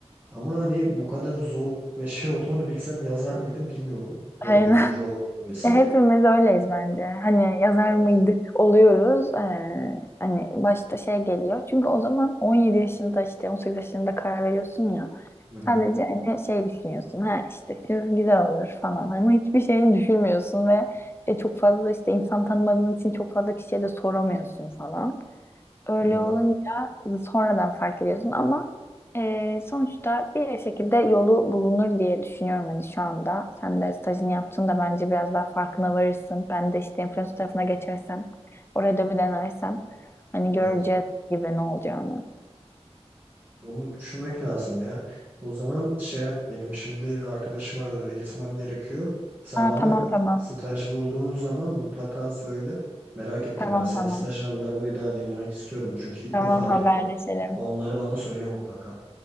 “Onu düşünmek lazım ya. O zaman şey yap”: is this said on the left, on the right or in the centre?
Right